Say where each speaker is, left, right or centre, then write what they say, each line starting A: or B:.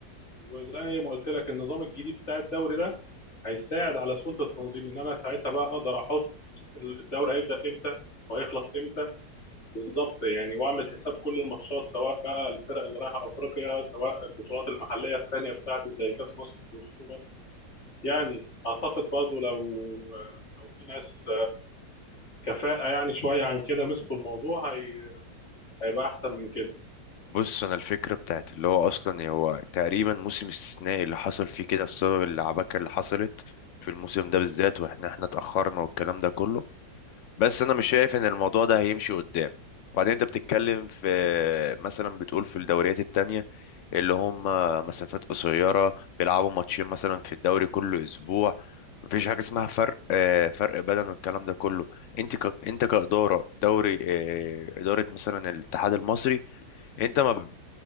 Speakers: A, on the left; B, on the left.
A: وزي ما قلت لك النظام الجديد بتاع الدوري ده هيساعد على سهوله التنظيم ان انا ساعتها بقى اقدر احط الدوري هيبدا امتى وهيخلص بالظبط يعني واعمل حساب كل الماتشات سواء بقى الفرق اللي رايحه افريقيا سواء البطولات المحليه الثانيه بتاعتي زي كاس مصر والسوبر يعني اعتقد برضو لو لو في ناس كفاءه يعني شويه عن كده مسكوا الموضوع هي... هيبقى احسن من كده
B: بص انا الفكره بتاعت اللي هو اصلا هو تقريبا موسم استثنائي اللي حصل فيه كده بسبب العباكه اللي حصلت في الموسم ده بالذات
A: مم.
B: واحنا احنا اتاخرنا والكلام ده كله بس انا مش شايف ان الموضوع ده هيمشي قدام وبعدين انت بتتكلم في مثلا بتقول في الدوريات التانية اللي هم مسافات قصيره بيلعبوا ماتشين مثلا في الدوري كل اسبوع مفيش حاجه اسمها فرق آه، فرق بدن والكلام ده كله انت ك... انت كاداره دوري آه، اداره مثلا الاتحاد المصري انت ما, ب-